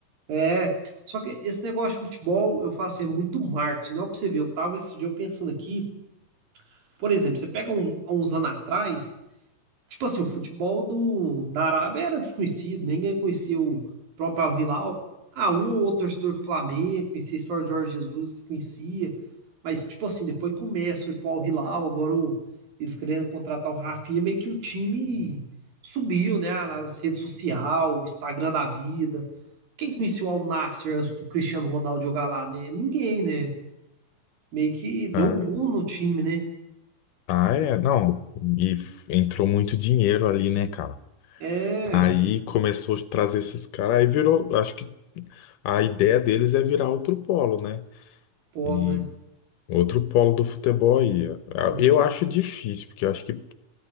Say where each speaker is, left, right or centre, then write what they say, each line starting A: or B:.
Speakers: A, on the right; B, on the left.
A: É, só que esse negócio de futebol, eu falo assim, é muito marketing, não é pra você ver, eu tava esse dia eu pensando aqui, por exemplo, você pega um, há uns anos atrás, Tipo assim, o futebol do, da Arábia era desconhecido, ninguém conhecia o próprio Al-Hilal. Ah, um ou outro torcedor do Flamengo, conhecia a história de Jorge Jesus, conhecia. Mas, tipo assim, depois que o Messi foi pro Al-Hilal, agora o- eles querendo contratar o Rafinha, meio que o time subiu, né? Nas redes sociais, Instagram da vida. Quem conhecia o Al-Nassr antes do Cristiano Ronaldo jogar lá, né? Ninguém, né? Meio que deu
B: Ah,
A: um boom no time, né?
B: ah, é, não. E f- entrou muito dinheiro ali, né, cara?
A: É,
B: Aí começou a trazer esses caras, aí virou, acho que a ideia deles é virar outro polo, né?
A: pô,
B: E
A: né?
B: outro polo do futebol aí.
A: Uhum.
B: Eu acho difícil, porque eu acho que,